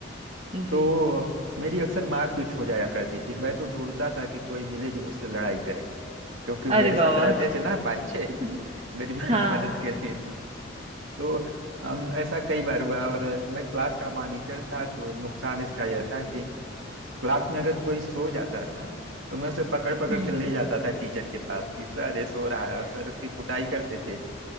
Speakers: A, on the right; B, on the right.
A: जी
B: तो मेरी अक्सर मारपीट हो जाया करती थी मैं तो ढूंढता था कि कोई मिले जो मुझसे लड़ाई करे क्योंकि वो
A: अरे
B: मेरे साथ
A: बाबा
B: रहते थे ना पाँच छः
A: <laughs>
B: मेरी <laughs>
A: हाँ
B: मदद के लिए तो अम, ऐसा कई बार हुआ और मैं क्लास का मॉनिटर था तो नुकसान इसका यह था कि क्लास में अगर कोई सो जाता था तो मैं उसे पकड़ पकड़
A: हम्म
B: के ले जाता था टीचर के पास कि सर ये सो रहा है और सर उसकी कुटाई करते थे